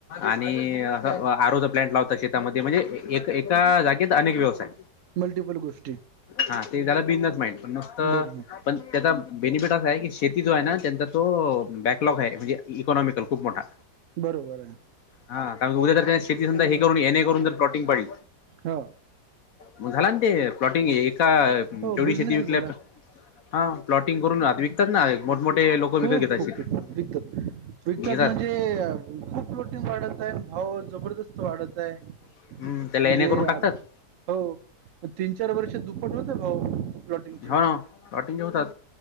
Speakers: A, on the left; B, on the right.
A: आणि असं आरूचा प्लॅट लावता श <unintelligible> म्हणजे एका जागेत अनेक व्यवसाय.
B: मल्टिपल गोष्टी.
A: हा ते झालं बिझनेस माइंड पण नुसतं.
B: बरोबर
A: पण त्याचा बेनिफिट असा आहे की, शेती जो आहे ना त्यांचा तो बॅकलॉग आहे. म्हणजे इकॉनॉमिकल खूप मोठा,
B: बरोबर आहे.
A: हा कारण उद्या जर शेती समधा हे करून. हेणे करून जर प्लॉटिंग पाडली.
B: हा
A: मग झाला ना ते प्लॉटिंग एका तेवढी
B: हो बिझनेसच
A: शेती विकल्या
B: झाला
A: हा प्लॉटिंग करून <unintelligible> <unintelligible> ना मोठ, मोठे लोक विकत
B: खूप,
A: घेतात
B: खूप
A: शेती
B: पिकतात, पिकतात, पिकतात
A: घेतात
B: म्हणजे खूप लोटीन वाढत आहे भाव जबरदस्त वाढत आहे
A: हम्म
B: म्हणजे
A: त्याला एन ए करून टाकतात
B: आत हो तीन, चार वर्षात दुपट होते भाऊ प्लॉटिंगचे
A: हो ना प्लॉटिंग होतात